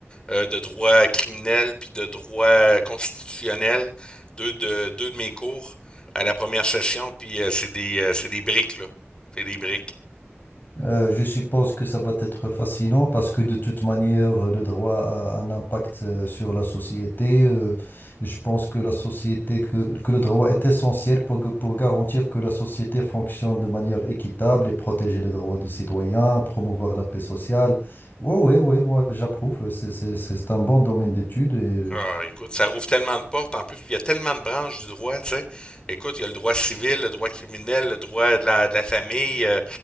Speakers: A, on the left; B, on the left.
A: euh, de droit criminel puis de droit constitutionnel, deux de, deux de mes cours à la première session, puis euh, c'est des, euh, c'est des briques, là. C'est des briques.
B: Euh, je suppose que ça va être fascinant parce que de toute manière, euh, le droit a un impact euh, sur la société. Euh, je pense que la société, que, que le droit est essentiel pour, gu- pour garantir que la société fonctionne de manière équitable et protéger les droits des citoyens, promouvoir la paix sociale. Oui, oui, oui, moi j'approuve. C'est, c'est, c'est un bon domaine d'études et
A: Ah, écoute, ça rouvre tellement de portes. En plus, il y a tellement de branches du droit, tu sais. Écoute, il y a le droit civil, le droit criminel, le droit de la, de la famille, euh,